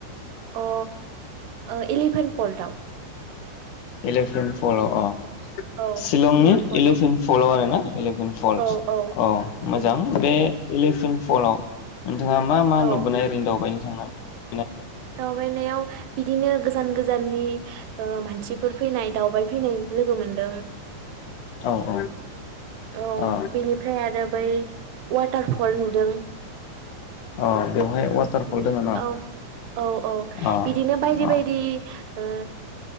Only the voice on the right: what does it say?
अ ओ एलिभेनट पल्टाव।
औ
पर्टआव
औ औ
उम
औ
दावबायनायाव बिदिनो गोजान गोजाननि मानसिफोर फैनाय दावबाय फैनाय लोगो मोनदों
औ
बिनिफ्राय आरो बै वाथारफल नुदों
बिदि
औ औ औ
बिदिनो बायदि
बायदि ओ